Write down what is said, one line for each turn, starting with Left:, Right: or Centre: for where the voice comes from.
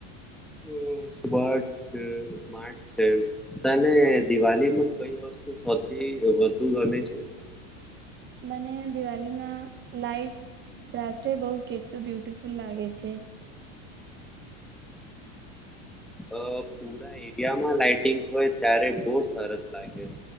Centre: અ સ્માર્ટ છે સ્માર્ટ છે તને દિવાલિમાં કઈ વસ્તુ સૌથી વધુ ગમે છે <inaudible>
Right: મને દિવાલી ના લાઈટસ રાત્રે બો કેટલું બ્યુટિફુલ લાગે છે.
Centre: અ પુરા ઇન્ડિયામાં લાાઈટિંગ હોય ત્યારે બો સરસ લાગે.